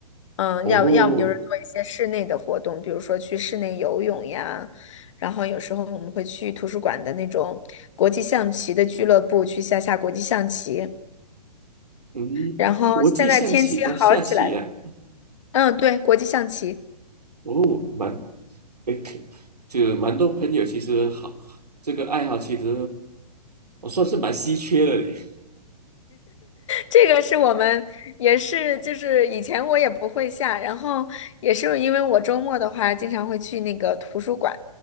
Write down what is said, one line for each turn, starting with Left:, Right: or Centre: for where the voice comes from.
Left: 嗯，
Right: 哦，
Left: 要要么就是做一些室内的活动，比如说去室内游泳呀，然后有时候我们会去图书馆的那种国际象棋的俱乐部去下下国际象棋，
Right: 嗯，
Left: 然后现在天气好起来了，
Right: 国际象棋哦，下棋啊，
Left: 嗯，对，国际象棋。
Right: 哦，蛮，诶，可就蛮多朋友其实好，这个爱好其实我算是蛮稀缺的嘞。
Left: 这个是我们也是，就是以前我也不会下，然后也是因为我周末的话，经常会去那个图书馆，